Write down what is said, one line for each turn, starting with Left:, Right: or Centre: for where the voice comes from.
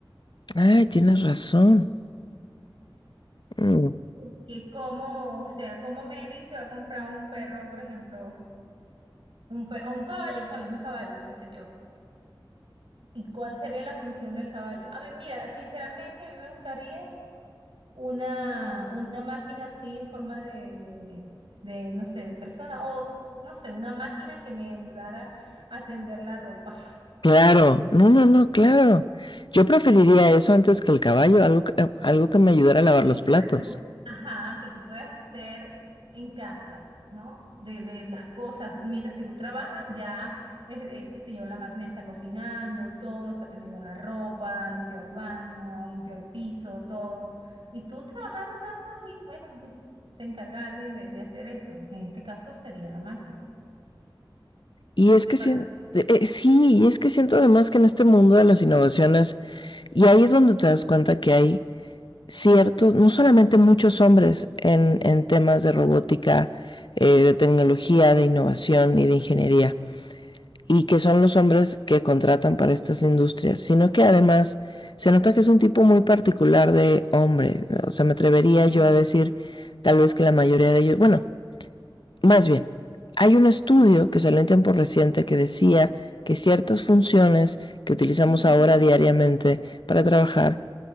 Left: Ay,
Right: ¿cierto?
Left: tienes razón. Mm.
Right: Porque como, o sea, como Mary se va a comprar un perro, por ejemplo, un pe- o un caballo, ponle un caballo, qué sé yo, ¿y cuál sería la función del caballo? A mí, mira, sinceramente, a mí me gustaría una, una máquina así en forma de, de, de, no sé, de persona o, no sé, una máquina que me ayudara a tender la ropa. <laughs>
Left: Claro, no, no, no, claro. Yo preferiría eso antes que el caballo, algo que, algo que me ayudara
Right: Sí,
Left: a lavar los platos.
Right: ¿verdad? Que tú- ajá, que tú puedes hacer en casa, ¿no? De, de las cosas, mientras que tú trabajas, ya, eh, eh, qué sé yo, la máquina está cocinando, todo, está teniendo la ropa, limpió el baño, limpió el piso, todo. Y tú trabajando nada más y bueno, ya se encarga alguien de, de hacer eso. En este caso sería la máquina.
Left: Y es
Right: ¿Qué te
Left: que
Right: parece?
Left: sien- eh, eh, sí, y es que siento además que en este mundo de las innovaciones, y ahí es donde te das cuenta que hay ciertos, no solamente muchos hombres en, en temas de robótica, eh, de tecnología, de innovación y de ingeniería. y que son los hombres que contratan para estas industrias, sino que además se nota que es un tipo muy particular de hombre. O sea, me atrevería
Right: Bien.
Left: yo a decir tal vez que la mayoría de ellos, bueno, más bien, hay un estudio que salió en tiempo reciente que decía que ciertas funciones que utilizamos
Right: Ujú.
Left: ahora diariamente para trabajar